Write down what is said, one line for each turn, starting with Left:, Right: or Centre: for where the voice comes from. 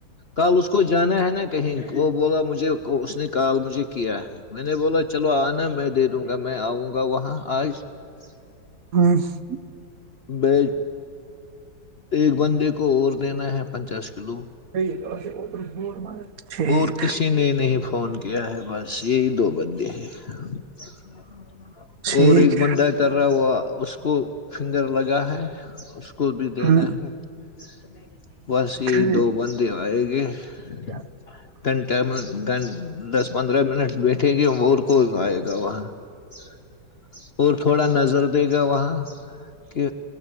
Left: کل اس کو جانا ہے نا کہیں وہ بولا مجھے <unintelligible> کو اس نے کال مجھے کیا ہے میں نے بولا چلو آنا میں دے دوں گا میں آؤں گا وہاں آج <unintelligible>
Right: اور <unintelligible>
Left: بی ایک بندے کو اور دینا ہے پچاس کلو <unintelligible>
Right: او ٹھیک
Left: اور کسی
Right: <unintelligible>
Left: نے نہیں فون کیا ہے بس یہی دو بندے ہیں <unintelligible>
Right: ٹھیک
Left: اور ایک
Right: ہے
Left: بندہ کر رہا ہوا <unintelligible> اس کو <unintelligible> فنگر لگا ہے اس کو بھی دینا
Right: ہوں
Left: ہے <unintelligible> میں <unintelligible> بس یہی
Right: ٹھیک۔
Left: دو بند ہو <unintelligible> گ <unintelligible> <unintelligible>
Right: <unintelligible> <unintelligible>
Left: گھنٹہ میں گن <unintelligible> دس پندرہ منٹ بیٹھے گیور کو آئے گا وہاں <unintelligible> اور تھوڑا نظر دے گا وہاں <unintelligible> کہ